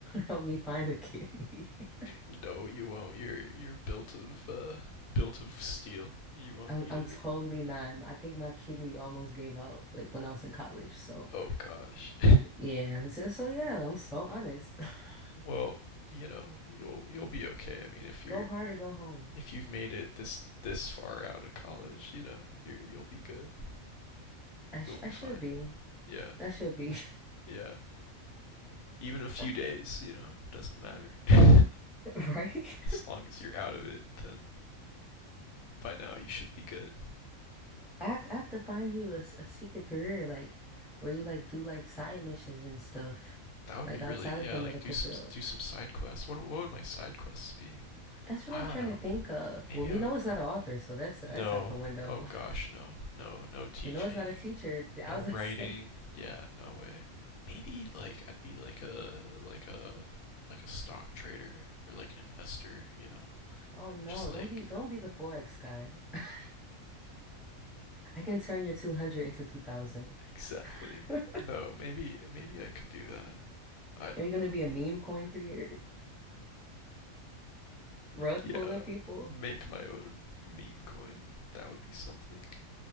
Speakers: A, in the centre; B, on the left (about 85°).
A: help me find a kidney. <laughs>
B: No, you won't. You're you're built of uh built of steel. You won't
A: I'm
B: need
A: I'm
B: it.
A: totally not. I think my kidney almost gave out like when I was in college. So
B: Oh gosh.
A: yeah, so, so yeah, I'm so honest. <laughs>
B: <laughs> well, you know, you'll you'll be okay. I mean, if you're
A: Go hard or go home.
B: if you've made it this this far out of college, you know, you're you'll be good.
A: I sh
B: You'll be
A: I should
B: fine.
A: be.
B: Yeah.
A: I should be.
B: Yeah. Even a few
A: <laughs>
B: days, you know, doesn't matter. <laughs> as
A: Right?
B: long as you're out of it, then by now you should be good.
A: I have to I have to find you a, s- a secret career like where you like do like side missions and stuff
B: That would
A: like
B: be
A: outside
B: really
A: of
B: yeah,
A: the
B: like
A: medical
B: do some
A: field.
B: do some side quests. What what would my side quests be?
A: That's what
B: I
A: I'm trying
B: don't know.
A: to think of.
B: Maybe
A: Well, we
B: I
A: know
B: would
A: it's not an author, so that's that's
B: No.
A: out the window.
B: Oh gosh,
A: <laughs>
B: no. No, no teaching.
A: We know it's not a teacher. <laughs>
B: No
A: I was
B: writing.
A: gonna say,
B: Yeah, no way. Maybe like I'd be like a like a like a stock trader or like an investor, you know.
A: oh no,
B: Just like
A: don't be don't be the Forex guy. <laughs> I can turn your 200 into 2000.
B: exactly.
A: <laughs> Are
B: No, maybe maybe I could do that. I don't
A: you gonna
B: know.
A: be a meme coin creator? Rug
B: Yeah,
A: pulling people?
B: make my own meme coin. That would be something.